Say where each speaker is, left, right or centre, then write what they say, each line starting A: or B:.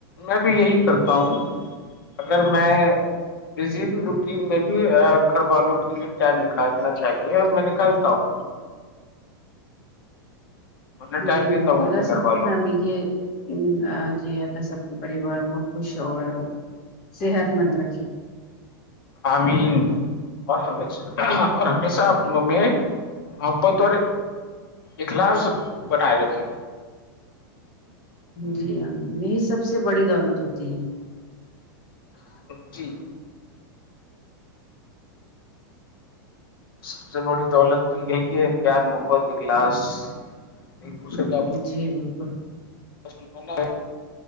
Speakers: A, on the left; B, on the left.
A: میں بھی یہی کرتا ہوں اگر میں بیزی بھی روٹین لگی گھر والوں کے لیے ٹائم نکالنا چاہیے اور میں نکالتا ہوں میں ٹائم
B: جی
A: دیتا
B: بالکل
A: ہوں
B: اللہ
A: اپنے گھر
B: سب
A: والوں
B: کو فیملی کے ان ا جی اللہ سب کے پریوار کو خوش اور صحت مند رکھے
A: آمین اور اور ہمیشہ اپنوں میں محبت اور اخلاص بنائے رکھے
B: جی امین یہی سب سے بڑی دولت ہوتی ہے
A: جی سب سے بڑی دولت تو یہی ہے پیار محبت اجلاس ایک دوسرے کا
B: جی بالکل
A: ب